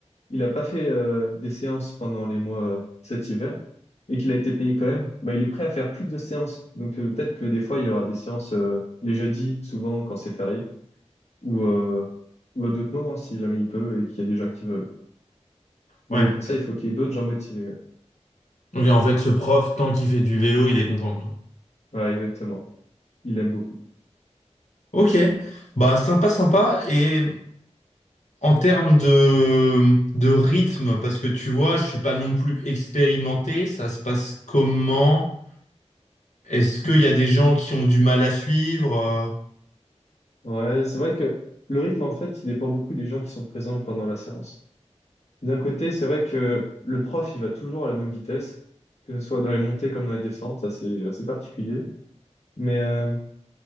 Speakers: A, on the left; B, on the left.
A: il n'a pas fait euh, des séances pendant les mois euh, cet hiver et qu'il a été payé quand même, bah, il est prêt à faire plus de séances. Donc, euh, peut-être que des fois, il y aura des séances euh, les jeudis, souvent quand c'est férié, ou, euh, ou à d'autres moments si jamais il peut et qu'il y a des gens qui veulent. Mais
B: Ouais.
A: pour ça, il faut qu'il y ait d'autres gens motivés. Ouais,
B: Ok, en fait, ce prof, tant qu'il fait du vélo, il est content, quoi.
A: Ouais, exactement. Il aime beaucoup.
B: Ok. Bah, sympa, sympa. Et en termes de, de rythme, parce que tu vois, je suis pas non plus expérimenté, ça se passe comment? Est-ce qu'il y a des gens qui ont du mal à suivre? euh,
A: Ouais, c'est vrai que le rythme, en fait, il dépend beaucoup des gens qui sont présents pendant la séance. D'un côté, c'est vrai que le prof, il va toujours à la même vitesse, que ce soit dans les montées comme dans les descentes, ça c'est assez particulier. Mais, euh,